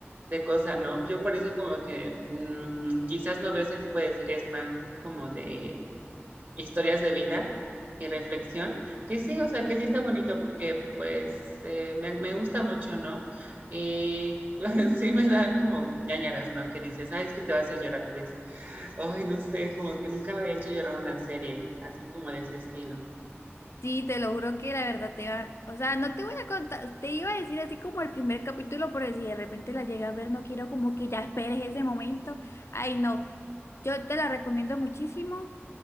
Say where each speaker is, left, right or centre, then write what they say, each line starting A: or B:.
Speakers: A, on the right (about 45°); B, on the left (about 80°).
A: de cosa, ¿no? Yo por eso como que mm, quizás no veo ese tipo de series más como de historias de vida y reflexión, que sí, o sea, que sí está bonito porque pues eh, me, me gusta mucho, ¿no? Y <laughs> sí me da como ñañaras, ¿no? Que dices, ay, es que te va a hacer llorar, pues, ay, no sé, como que nunca me había hecho llorar una serie así como de ese estilo.
B: Sí, te lo juro que la verdad te va, o sea, no te voy a contar, te iba a decir así como el primer capítulo, pero si de repente la llegas a ver, no quiero como que ya esperes ese momento. Ay, no, yo te la recomiendo muchísimo.